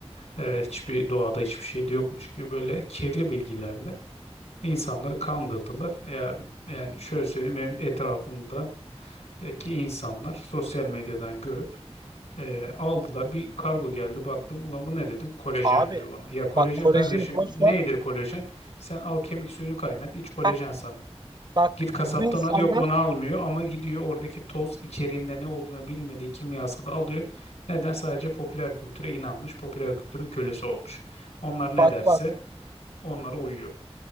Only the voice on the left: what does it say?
Ee, hiçbir doğada hiçbir şey de yokmuş gibi böyle kirli bilgilerle insanları kandırdılar. Ya, yani şöyle söyleyeyim benim etrafımda e, ki insanlar sosyal medyadan görüp e, aldılar bir kargo geldi baktım ulan bu ne dedim kolajen
diyor bana. Ya kolajen
kardeşim
nedir kolajen? Sen al kemik suyunu kaynat iç kolajen
sana.
Git
kasaptan
al. Yok onu almıyor ama gidiyor oradaki toz içeriğinde ne olduğunu bilmediği kimyasalı alıyor. Neden? Sadece popüler kültüre inanmış. Popüler kültürün kölesi olmuş. Onlar ne
derse
onlara uyuyor.